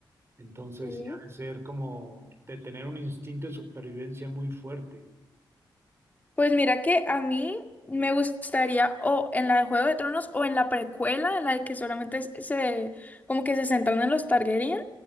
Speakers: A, on the right; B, on the left.
A: Entonces,
B: sí.
A: sí ha de ser como de tener un instinto de supervivencia muy fuerte.
B: Pues mira que a mí me gustaría o en la de Juego de Tronos o en la precuela, en la de que solamente se, se- como que se centran en los Targaryen.